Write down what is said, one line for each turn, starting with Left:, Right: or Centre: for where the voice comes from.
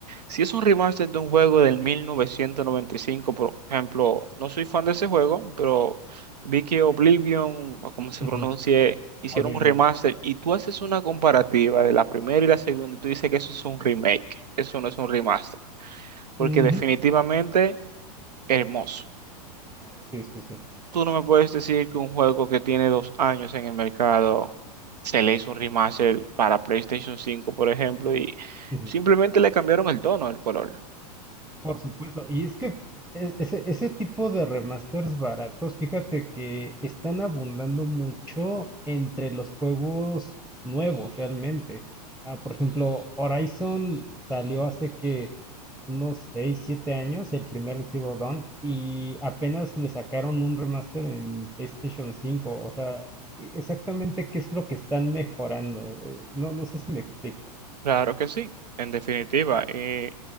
Right: si es un remaster de un juego del 1995, por ejemplo, no soy fan de ese juego, pero vi que Oblivion, o como se
Centre: Ujú,
Right: pronuncie, hicieron
Centre: hable
Right: un remaster y tú haces una comparativa de la primera y la segunda y tú dices que eso es un remake, eso no es un remaster, porque
Centre: bien.
Right: definitivamente hermoso.
Centre: Sí, sí, sí.
Right: Tú no me puedes decir que un juego que tiene dos años en el mercado se le hizo un remaster para PlayStation 5, por ejemplo, y
Centre: Ujú.
Right: simplemente le cambiaron el tono, el color.
Centre: Por supuesto. Y es que e- ese, ese tipo de remasters baratos, fíjate que están abundando mucho entre los juegos nuevos realmente. Ah, por ejemplo, Horizon salió hace que unos 6, 7 años, el primer Zero Dawn, y apenas le sacaron un remaster en PlayStation 5. O sea, e- exactamente qué es lo que están mejorando. Eh, no, no sé si me explico.
Right: Claro que sí, en definitiva. Y